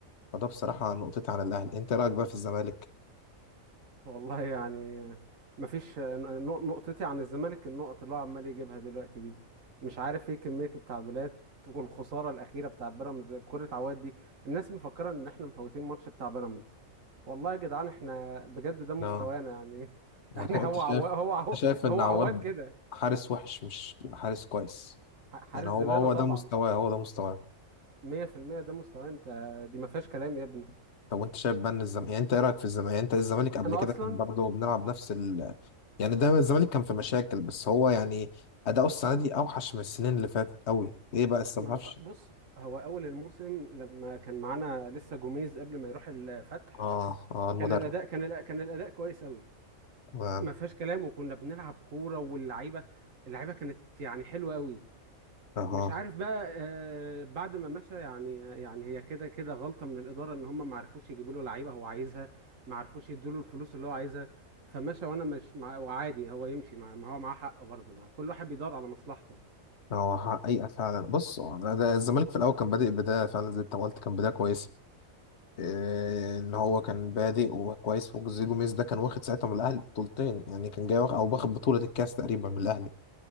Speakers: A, on the left (about 55°); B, on the right (about 70°).
A: فده بصراحة نقطتي عن الأهلي أنت رأيك بقى في الزمالك؟
B: والله يعني مفيش نق- نقطتي عن الزمالك النقط اللي هو عمال يجيبها دلوقتي دي مش عارف ايه كمية التعادلات والخسارة الأخيرة بتاع بيراميدز كرة عواد دي الناس مفكرة إن إحنا مفوتين ماتش بتاع بيراميدز والله يا جدعان إحنا بجد ده مستوانا
A: لا
B: يعني <laughs> يعني
A: يعني هو أنت
B: هو
A: شايف
B: عواد هو عواد
A: أنت شايف إن
B: هو
A: عواد
B: عواد كده
A: حارس وحش مش حارس كويس
B: ح- حارس
A: يعني هو
B: زبالة
A: هو
B: طبعا
A: ده مستواه هو ده مستواه
B: مية في المية ده مستواه انت دي ما فيهاش كلام يا ابني
A: طب وانت شايف بقى ان الزمالك يعني انت ايه رايك في الزمالك يعني انت الزمالك قبل
B: انا
A: كده
B: اصلا
A: كان برضه بنلعب نفس ال يعني دايما الزمالك كان في مشاكل بس هو يعني اداؤه السنه دي اوحش من السنين اللي فاتت قوي ايه بقى لسه
B: ما
A: ما تعرفش
B: بص هو اول الموسم لما كان معانا لسه جوميز قبل ما يروح الفتح
A: اه اه المدرب
B: كان الاداء كان الأ- كان الاداء كويس قوي
A: تمام
B: ما فيهاش كلام وكنا بنلعب كورة واللعيبة اللعيبة كانت يعني حلوة قوي
A: اه
B: مش عارف بقى آه، بعد ما مشى يعني يعني هي كده كده غلطة من الإدارة إن هم ما عرفوش يجيبوا له لعيبة هو عايزها ما عرفوش يدوا له الفلوس اللي هو عايزها فمشى وأنا مش مع وعادي هو يمشي مع ما هو معاه حق برضه مع كل واحد بيدور على مصلحته
A: آه، هو حقيقه فعلا بص هو أنا- ده الزمالك في الاول كان بادئ بدايه فعلا زي ما انت ما قلت كان بدايه كويسه إيه ان هو كان بادئ وكويس وجوزيه جوميز ده كان واخد ساعتها من الاهلي بطولتين يعني كان جاي واخد او واخد بطوله الكاس تقريبا من الاهلي